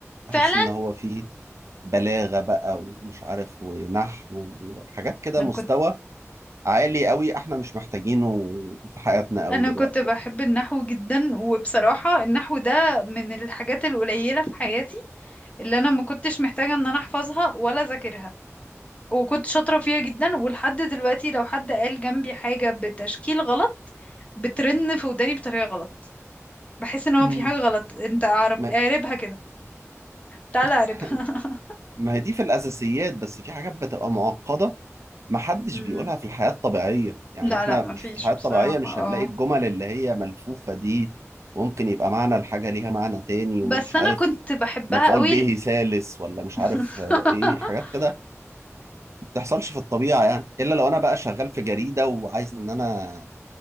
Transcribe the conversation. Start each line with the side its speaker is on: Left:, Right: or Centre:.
Right: احس
Left: فعلا
Right: ان هو فيه بلاغة بقى ومش عارف ونحو وحاجات كده
Left: انا
Right: مستوى
Left: كنت
Right: عالي قوي احنا مش محتاجينه في حياتنا قوي
Left: انا
Right: دلوقتي
Left: كنت بحب
Right: يعني
Left: النحو جدا وبصراحة النحو ده من الحاجات القليلة في حياتي اللي انا ما كنتش محتاجة ان انا احفظها ولا اذاكرها وكنت شاطرة فيها جدا ولحد دلوقتي لو حد قال جنبي حاجة بتشكيل غلط بترن في وداني بطريقة غلط بحس ان هو
Right: امم
Left: في حاجة غلط انت اعرب
Right: ما
Left: اعربها كده تعالى
Right: <laughs>
Left: اعربها <laughs>
Right: ما هي دي في الاساسيات بس في حاجات بتبقى معقدة ما حدش
Left: م-
Right: بيقولها في الحياة الطبيعية يعني
Left: لا
Right: احنا
Left: لا ما
Right: مش
Left: فيش
Right: في الحياة
Left: بصراحة
Right: الطبيعية مش
Left: اه
Right: هنلاقي الجمل اللي هي ملفوفة دي ممكن يبقى معنى الحاجة ليها معنى تاني
Left: بس
Right: ومش
Left: انا
Right: عارف
Left: كنت بحبها
Right: مفعول
Left: قوي
Right: به ثالث ولا مش
Left: <laughs>
Right: عارف آه، ايه حاجات كده تحصلش في الطبيعة يعني إلا لو أنا بقى شغال في جريدة وعايز إن أنا